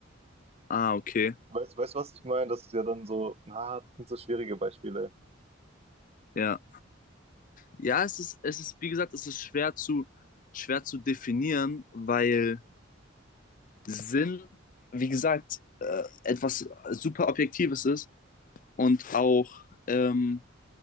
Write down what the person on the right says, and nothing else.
Weißt, weißt, was ich meine? Das ist ja dann so, na, das sind so schwierige Beispiele.